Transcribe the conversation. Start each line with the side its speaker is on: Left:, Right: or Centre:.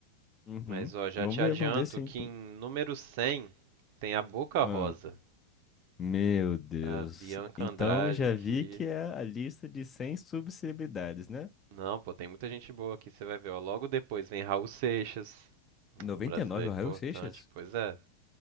Left: Uhum.
Right: Mas ó, já
Left: Vamos
Right: te
Left: ver,
Right: adianto
Left: vamos ver sim.
Right: que
Left: pô.
Right: em número 100 tem a Boca
Left: Ah,
Right: Rosa,
Left: meu Deus.
Right: a Bianca
Left: Então
Right: Andrade
Left: já
Right: aqui.
Left: vi que é a lista de 100 subcelebridades, né?
Right: Não, pô, tem muita gente boa aqui, você vai ver, ó. Logo depois vem Raul Seixas,
Left: 99
Right: um brasileiro
Left: o Raul
Right: importante,
Left: Seixas?
Right: pois é.